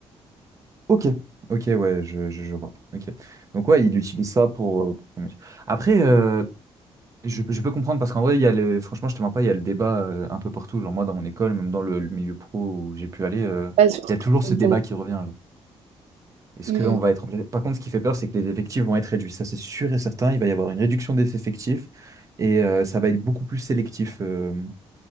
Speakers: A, on the right (about 30°); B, on the right (about 80°).
A: Ok, ok, ouais, je, je, je vois. Ok. Donc ouais, il utilise ça pour. euh, pour son métier. Après, euh, je, je peux comprendre parce qu'en vrai, il y a le, franchement, je te mens pas, il y a le débat euh, un peu partout. Genre moi, dans mon école, même dans le, le milieu pro où j'ai pu aller, euh,
B: Pas surtout
A: il y a toujours
B: quand t'es
A: ce
B: dedans.
A: débat qui revient. genre. Est-ce
B: Mm.
A: qu'on va être remplacé Par contre, ce qui fait peur, c'est que les effectifs vont être réduits. Ça, c'est sûr et certain. Il va y avoir une réduction des effectifs et euh, ça va être beaucoup plus sélectif euh,